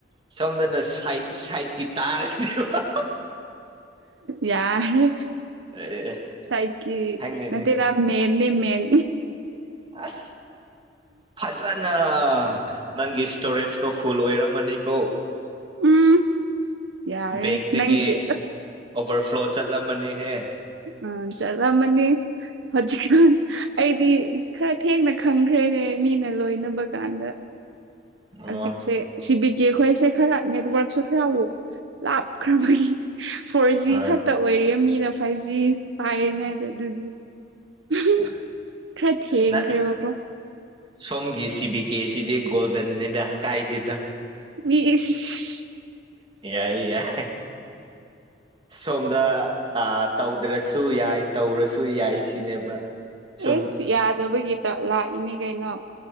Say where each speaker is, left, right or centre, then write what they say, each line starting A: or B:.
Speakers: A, on the right; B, on the right.
A: ꯁꯣꯝꯗꯅ ꯁꯥꯏꯠ ꯁꯥꯏꯠꯀꯤ ꯇꯥꯔꯅꯤꯕ
B: ꯌꯥꯔꯦ
A: ꯑꯦ
B: ꯁꯥꯏꯗꯀꯤ
A: ꯈꯪꯗꯦꯅꯦ
B: ꯅꯠꯇꯦꯗ ꯃꯦꯟꯅꯦ ꯃꯦꯟ
A: ꯑꯁ ꯐꯖꯅ ꯅꯪꯒꯤ ꯁꯇꯣꯔꯦꯁꯇꯣ ꯐꯨꯜ ꯑꯣꯏꯔꯝꯃꯅꯤꯀꯣ
B: ꯎꯝ ꯌꯥꯔꯦ
A: ꯕꯦꯡꯗꯒꯤ
B: ꯅꯪꯒꯤ
A: ꯑꯣꯚꯔꯐ꯭ꯂꯣ ꯆꯠꯂꯝꯃꯅꯤꯍꯦ
B: ꯑꯥ ꯆꯠꯂꯝꯃꯅꯤ ꯍꯧꯖꯤꯛꯀꯥꯟ ꯑꯩꯗꯤ ꯈꯔ ꯊꯦꯡꯅ ꯈꯪꯈ꯭ꯔꯦꯅꯦ ꯃꯤꯅ ꯂꯣꯏꯅꯕ ꯀꯥꯟꯗ
A: ꯑꯣ
B: ꯍꯧꯖꯤꯛꯁꯦ ꯁꯤꯕꯤ ꯀꯦ ꯈꯣꯏꯁꯦ ꯈꯔ ꯅꯦꯠꯋꯔꯛꯁꯨ ꯈꯔ ꯂꯥꯞꯈ꯭ꯔꯕꯒꯤ ꯐꯣꯔ ꯖꯤ
A: ꯍꯣꯏ
B: ꯈꯛꯇ ꯑꯣꯏꯔꯤ ꯃꯤꯅ ꯐꯥꯏꯚ ꯖꯤ ꯄꯥꯏꯔꯤꯉꯩꯗ ꯑꯗꯨꯒꯤ ꯈꯔ
A: ꯑꯠꯆꯥ
B: ꯊꯦꯡꯈ꯭ꯔꯦꯕꯀꯣ
A: ꯅꯪ ꯁꯣꯝꯒꯤ ꯁꯤꯕꯤ ꯀꯦꯁꯤꯗꯤ ꯒꯣꯜꯗꯟꯅꯤꯗ ꯀꯥꯏꯗꯦꯗ
B: ꯏꯁ
A: ꯌꯥꯏꯌꯦ ꯌꯥꯏ ꯁꯣꯝꯗ ꯑꯥ ꯇꯧꯗ꯭ꯔꯁꯨ ꯌꯥꯏ ꯇꯧꯔꯁꯨ ꯌꯥꯏ ꯁꯤꯅꯦꯕ ꯁꯨꯝ
B: ꯏꯁ ꯌꯥꯗꯕꯒꯤꯇ ꯂꯥꯛꯏꯅꯤ ꯀꯩꯅꯣ